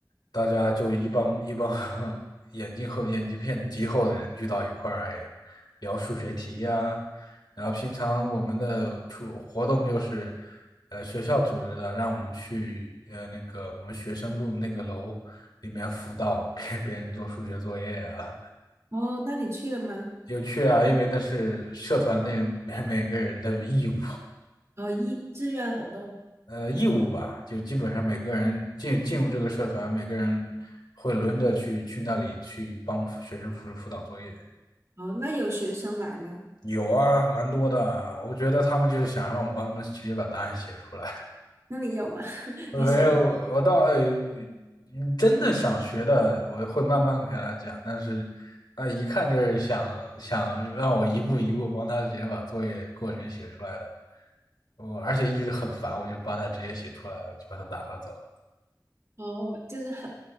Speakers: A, on the left; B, on the right.
A: 大家就一帮一帮 <laughs> 眼镜后眼镜片极厚的人聚到一块儿，哎，聊数学题呀、然后平常我们的出活动就是，呃，学校组织的，让我们去呃那个我们学生部那个楼里面辅导 <laughs> 别别人做数学作业啊，
B: 哦，那你去了吗？
A: 有趣啊，因为那是社团内每每个人的义务，
B: 哦，义志愿活动，
A: 呃，义务吧，就基本上每个人进进入这个社团，每个人会轮着去去那里去帮学生辅辅导作业。
B: 哦，那有学生来吗？
A: 有啊，蛮多的啊我觉得他们就是想让我们帮他们直接把答案写出来。
B: 那你有吗？<laughs>
A: 没有，
B: 你写，
A: 我倒哎，嗯真的想学的，我会慢慢给他讲。但是，啊、一看就是想想让我一步一步帮他直接把作业过程写出来的。我而且一直很烦，我就帮他直接写出来了，就把他打发走了。
B: 哦，就是很